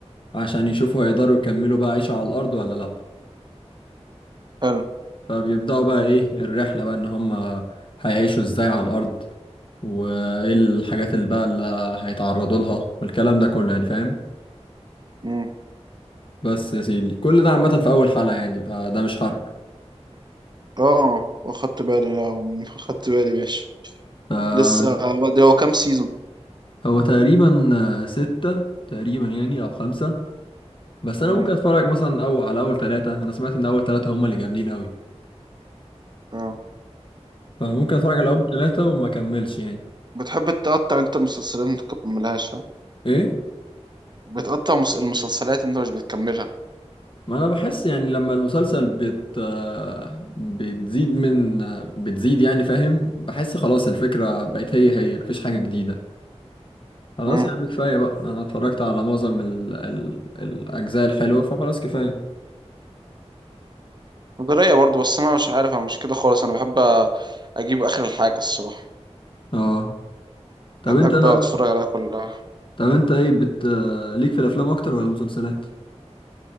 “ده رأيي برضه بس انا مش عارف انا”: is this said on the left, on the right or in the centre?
Right